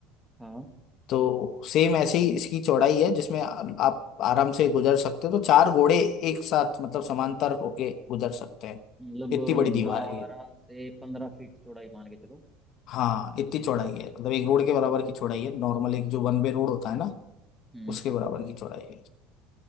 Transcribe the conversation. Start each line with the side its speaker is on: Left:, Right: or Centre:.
Centre: हाँ
Left: तो सेम ऐसे ही इसकी चौड़ाई है जिसमें आ- आप आराम से गुजर सकते हो तो चार घोड़े एक साथ मतलब समांतर होके गुजर सकते हैं
Centre: मतलब
Left: इतनी बड़ी दीवार
Centre: बारह
Left: है ये
Centre: से पंद्रह फीट चौड़ाई मान के चलो
Left: हाँ इतनी चौड़ाई है मतलब एक रोड के बराबर की चौड़ाई है नॉर्मल एक जो वन वे रोड होता है ना
Centre: हम्म
Left: उसके बराबर की चौड़ाई है